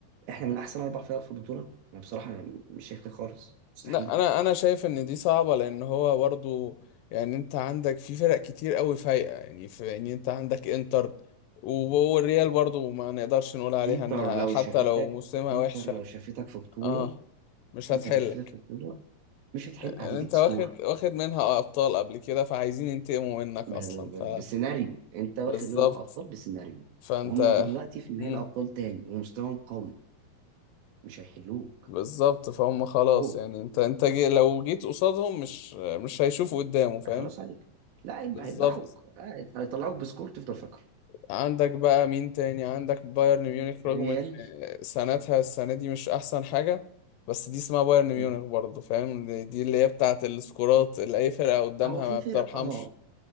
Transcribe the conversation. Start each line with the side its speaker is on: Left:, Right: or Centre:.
Right: احنا من احسن اربع فرق في البطوله انا بصراحه مش شايف كده خالص مستحيل
Left: لا انا انا شايف ان دي صعبه لان هو برضو يعني انت عندك في فرق كتير قوي فايقه يعني في يعني انت عندك انتر و- والريال برضو ما نقدرش نقول عليها
Right: انتر
Left: انها
Right: لو
Left: حتى
Right: شافتك
Left: لو موسمها
Right: انتر
Left: وحشه
Right: لو شافتك في بطوله
Left: اه مش
Right: انتر
Left: هتحلك
Right: لو شافتك في بطوله مش هتحل
Left: يعني
Right: هتديك
Left: انت واخد
Right: سكور
Left: واخد منها ابطال قبل كده فعايزين ينتقموا منك
Right: ب-
Left: اصلا
Right: ب-
Left: ف
Right: ب- بسيناريو انت
Left: بالظبط
Right: واخد منهم ابطال بسيناريو
Left: فانت
Right: وهم دلوقتي في نهائي
Left: مم.
Right: الابطال تاني ومستواهم قوي مش هيحلوك
Left: بالظبط فهم
Right: هتديك
Left: خلاص
Right: سكور
Left: يعني انت انت جي لو جيت قصادهم مش مش هيشوفوا قدامه فاهم
Right: هيخلص عليك لا هيبقى-
Left: بالظبط
Right: هيذبحوك آه، هيطلعوك بسكور تفضل فاكره
Left: عندك بقى مين تاني عندك بايرن ميونخ
Right: الريال
Left: رغم ان سنتها السنة دي مش احسن حاجة بس دي اسمها بايرن ميونخ
Right: مم.
Left: برضه فاهم دي دي اللي هي بتاعة السكورات اللي اي فرقة قدامها
Right: هو في
Left: ما
Right: فرق
Left: بترحمش
Right: اه